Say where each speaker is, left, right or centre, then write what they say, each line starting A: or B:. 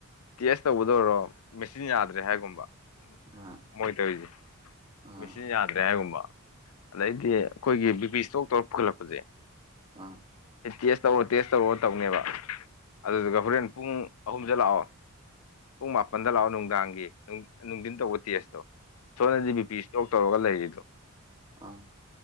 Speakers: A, on the left (about 80°); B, on the right (about 25°).
A: ꯇꯦꯁ ꯇꯧꯕꯗ ꯑꯣꯏꯔꯣ ꯃꯦꯆꯤꯟ ꯌꯥꯗ꯭ꯔꯦ ꯍꯥꯏꯒꯨꯝꯕ ꯎ
B: ꯎꯝ
A: ꯃꯣꯏ ꯇꯧꯔꯤꯁꯦ
B: ꯎꯝ
A: ꯃꯦꯆꯤꯟ ꯌꯥꯗ꯭ꯔꯦ ꯍꯥꯏꯒꯨꯝꯕ ꯑꯗꯩꯗꯤ ꯑꯩꯈꯣꯏꯒꯤ ꯕꯤ ꯄꯤ ꯏꯁꯇꯣꯛ ꯇꯧꯔ ꯄꯨꯈꯠꯂꯛꯄꯁꯦ
B: ꯑꯪ
A: ꯑꯦ ꯇꯦꯁ ꯇꯧꯔꯣ ꯇꯦꯁ ꯇꯧꯔꯣ ꯇꯧꯅꯦꯕ ꯑꯗꯨꯗꯨꯒ ꯍꯣꯔꯦꯟ ꯄꯨꯡ ꯑꯍꯨꯝꯗ ꯂꯥꯛꯑꯣ ꯄꯨꯡ ꯃꯥꯄꯟꯗ ꯂꯥꯛꯑꯣ ꯅꯨꯡꯗꯥꯡꯒꯤ ꯅꯨꯡꯊꯤꯟ ꯇꯧꯕ ꯇꯦꯁꯇꯣ ꯁꯣꯅꯗꯤ ꯕꯤ ꯄꯤ ꯏꯁꯇꯣꯛ ꯇꯧꯔꯒ ꯂꯩꯔꯤꯗꯣ
B: ꯑꯥ